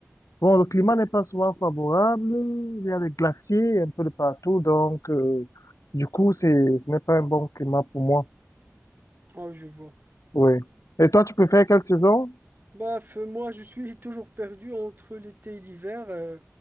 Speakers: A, on the left; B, on the right.
A: bon, le climat n'est pas souvent favorable. Il y a des glaciers un peu de partout. Donc, euh, du coup, c'est, ce n'est pas un bon climat pour moi.
B: ah, je vois.
A: Oui. Et toi, tu préfères quelle saison?
B: Bah f- moi je suis toujours perdu entre l'été et l'hiver. euh,